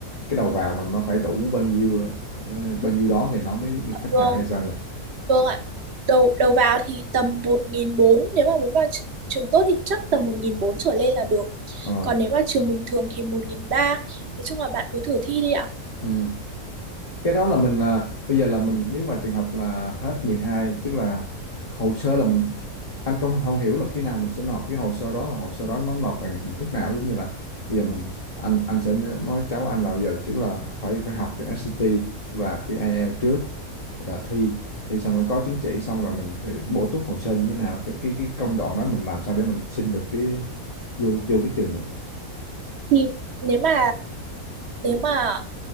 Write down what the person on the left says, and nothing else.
cái đầu vào mình nó phải đủ bao nhiêu đó- ờ, bao nhiêu đó thì nó mới được chấp
nhận hay sao nhỉ
ờ
ừ cái đó là mình là bây giờ là mình nếu mà trường hợp là hết 12 tức là hồ sơ là mình anh không không hiểu là khi nào mình sẽ nộp cái hồ sơ đó và hồ sơ đó nó nộp bằng hình thức nào giống như là bây giờ mình anh anh sẽ nói cháu anh là bây giờ tức là phải phải học cái SAT và cái IELTS trước rồi là thi thi xong rồi có chứng chỉ xong rồi mình phải bổ túc hồ sơ như thế nào cái cái cái công đoạn đó mình làm sao để mình xin được cái vô vô cái trường nhỉ